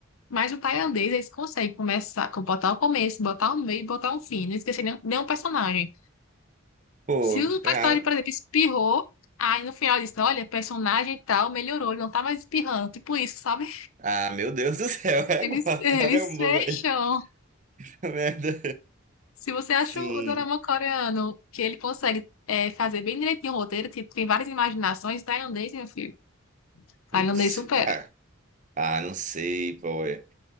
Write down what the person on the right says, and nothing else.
Pô,
ah,
Ah, meu Deus do céu,
<laughs> é
igual,
caramba,
velho. <laughs> Merda.
Sim.
Putz,
cara. Ah, não sei, pô. é-